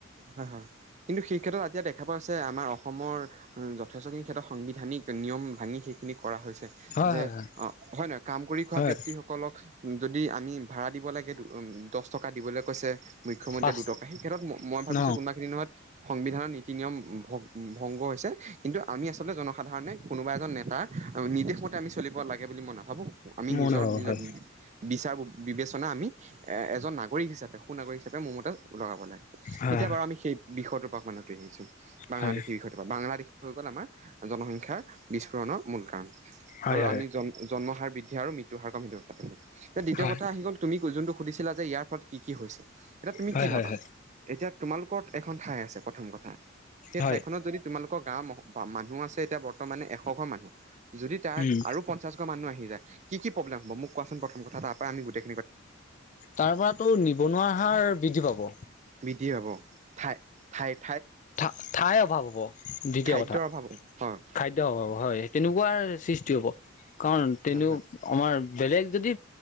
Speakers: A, on the right; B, on the left.
A: হয় হয় কিন্তু সেই ক্ষেত্ৰত এতিয়া দেখা পোৱা হৈছে আমাৰ অসমৰ যথেষ্টখিনি সিহঁতৰ সাংবিধানিক নিয়ম ভাঙি সেইখিনি কৰা হৈছে
B: হয়
A: যে
B: হয় হয়
A: অ হয় নহয় কাম কৰি খোৱা
B: হয়
A: ব্যক্ত লক যদি আমি ভাড়া দিব লাগে দহ টকা দিবলৈ কৈছে মুখ্যমন্ত্ৰীয়ে
B: পাঁচ
A: দুটকা সেই খেত্ৰত মই ভিবিছো
B: ন
A: কোনোবাখিনি নহত সংবিধানৰ নীতি নিয়ম ভ ভংগ হৈছে কিন্তু আমি আচলতে জনসাধাৰণে কোনোবা এজন নেতা নিৰ্দেশ মতে আমি চলিব লাগে বুলি মই নাভাবো আমি
B: মনে
A: নিজ নিজ-
B: হ
A: নিজৰ
B: হয়
A: বিচাৰ বিবেচনা আমি এ এজন নাগৰিক হিচাপে সুনাগৰিক হিচাপে মোৰ মতে লগাব লাগে
B: হয়
A: এতিয়া বাৰু আমি সেই বিষয়টো পৰা আমি আতৰি আহিছো বাংলাদেশীৰ
B: হয়
A: বিষয় থকা বাংলাদেশী হৈ গ'ল আমাৰ জনসংখ্যাৰ বিস্ফোৰণৰ মূল কাৰণ
B: হয়
A: আৰু
B: হয়
A: আমি জম জন্ম হাৰ বৃদ্ধি আৰু মৃত্যু হাৰ কমি গৈ থাকে এতিয়া দ্বিতীয়
B: হয়
A: কথা আহি গ'ল তুমি পয়োযনটো সুধিছিলা যে ইয়াৰ ফলত কি কি হৈছে এতিয়া তুমি
B: হয়
A: কি
B: হয়
A: ভাবা
B: হয়
A: এতিয়া তোমালোকৰ এখন ঠাই আছে প্ৰথম কথা সেই
B: হয়
A: ঠাই খনত যদি তোমালোক গাঁও মানুহ আছে এতিয়া বৰ্তমানে এশ ঘ মানুহ যদি তাত
B: উম
A: আৰু পঞ্চাশ ঘ মানুহ আহি যায় কি কি প্ৰব্লেম হব মোক কোৱাচোন প্ৰথম কথা এটা তাৰ পৰা আমি গোটেই
B: তাৰ পৰাতো নিবনুৱা হাৰ বৃদ্ধি পাব
A: বৃদ্ধি হব ঠাই ঠাইত
B: থা থায়ে অভাৱ হ'ব দ্বিতীয়
A: খাদ্যৰ
B: কথা
A: অভাৱ হয়
B: খাদ্যয়ৰ অভাৱ হয় তেনো পোৱাৰ সৃষ্টি হ'ব কাৰণ
A: হয়
B: তেনে
A: হয়
B: আমাৰ বেলেগ যদি